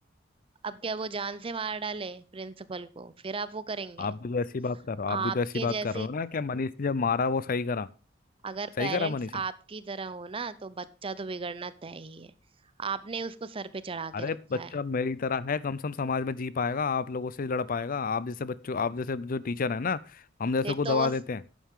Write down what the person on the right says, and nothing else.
अब क्या वो जान से मार डाले प्रिंसिपल को फिर आप वो करेंगे
आपके
जैसे
अगर
पेरेंट्स
आपकी तरह हो ना तो बच्चा तो बिगड़ना तय ही है आपने उसको सर पे चढ़ा
के रखा
है
फिर
तो
वो